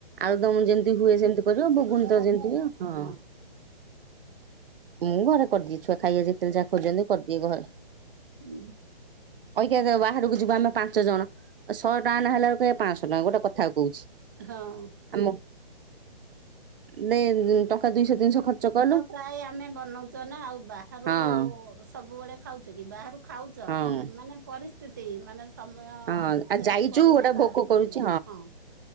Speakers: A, on the right; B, on the right.
A: ଆଳୁଦମ ଯେମିତି ହୁଏ ସେମତି କରିବ
B: ସେମିତିଆ
A: ଘୁଗୁନି ତ
B: ହବ
A: ଯେମିତି ହୁଏ ହଁ।
B: ଆଉ।
A: ମୁଁ ଘରେ କରିଦିଏ ଛୁଆ ଖାଇବା ଯେତେବେଳେ ଯାହା ଖୋଜଛନ୍ତି କରିଦିଏ ଘରେ।
B: ହୁଁ।
A: ଅଇକା ଯ ବାହାରକୁ ଯିବୁ ଆମେ ପାଞ୍ଚ ଜଣ। ଶହେ ଟଙ୍କା ନ ହେଲେ ଆଳକୁ କହୀବେ ପାଞ୍ଚଶହ ଟଙ୍କା ଗୋଟେ କଥାକୁ କହୁଛି।
B: ହଁ।
A: ଆମ କୁ ଦେ ଟଙ୍କା ଦିଇଶହ ତିନିଶହ ଖର୍ଚ୍ଚ କଲୁ।
B: ପ୍ରଏ ଆମେ ବନଉଛୁ ନା ଆଉ ବାହାରୁ
A: ହଁ ହଁ।
B: ସବୁବେଳେ ଖାଉଛ କି ବାହାରୁ ଖାଉଛ
A: ହଁ
B: ମାନେ ପରି ସ୍ଥିତି ମାନେ ସମୟ
A: ଆଉ
B: ସେମିତି
A: ଯାଇଛୁ
B: ପଡିଲେ
A: ଗୋଟେ
B: ବାହାରୁ
A: ଭୋକ
B: ଖାଇଲ
A: କରୁଛି
B: ହଁ।